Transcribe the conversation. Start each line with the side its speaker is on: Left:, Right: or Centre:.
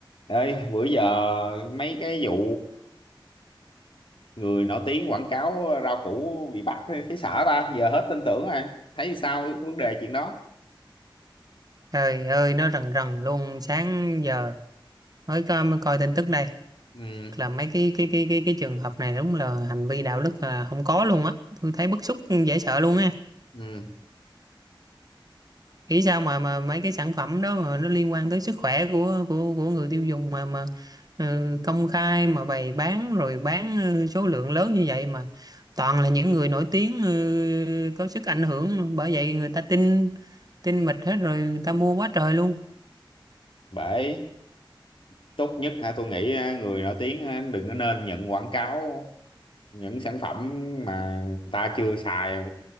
Left: Ê, bữa giờ mấy cái vụ người nổi tiếng quảng cáo rau củ bị bắt thấy sợ ta, giờ hết tin tưởng rồi. Thấy sao vấn đề chuyện đó?
Right: Trời ơi nó rần rần luôn sáng giờ mới coi mới coi tin tức đây
Left: Ừ.
Right: Thiệt là mấy cái cái cái cái cái trường hợp này đúng là hành vi đạo đức là không có luôn á tôi thấy bức xúc dễ sợ luôn á
Left: Ừ.
Right: nghĩ sao mà mà mấy cái sản phẩm đó mà nó liên quan tới sức khỏe của của của người tiêu dùng mà mà ừ, công khai mà bày bán rồi bán ừ, số lượng lớn như vậy mà toàn là những người nổi tiếng ừ, có sức ảnh hưởng bởi vậy người ta tin tin mịt hết rồi người ta mua quá trời luôn
Left: Bởi tốt nhất hả tôi nghĩ à, người nổi tiếng á, đừng có nên nhận quảng cáo những sản phẩm mà người ta chưa xài